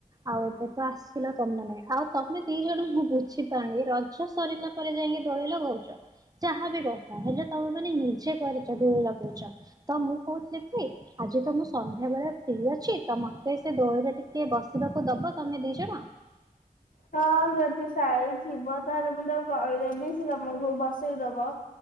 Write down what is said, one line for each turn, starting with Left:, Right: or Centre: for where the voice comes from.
Right: ଆଉ ଏବେ ତ ଆସିଲ ତମ ମାନେ ଆଉ ତମେ ଦି ଜଣ ମୁଁ ବୁଝିପାରନି ରଜ ସରିଲା ପରେ ଯାଇକି ଦୋଳି ଲଗଉଚ ଯାହାବି କଥା ହେଲେ ତମେ ମାନେ ନିଜେ କରିଛ ଦୋଳି ଲଗେଇଛ ତ ମୁଁ କହୁଥିଲି କି। ଆଜି ତ ମୁଁ ସନ୍ଧ୍ୟାବେଳେ ଫ୍ରି ଅଛି ତ ମୋତେ ସେ ଦୋଳିରେ ଟିକେ ବସିବାକୁ ଦବ ତମେ ଦି ଜଣ।
Left: ହଁ ଯଦି ସାଇ ଥିବ ତାହେଲେ ମୁଁ ତାକୁ କହିଦେବି ସିଏ ତମକୁ ବସେଇଦବ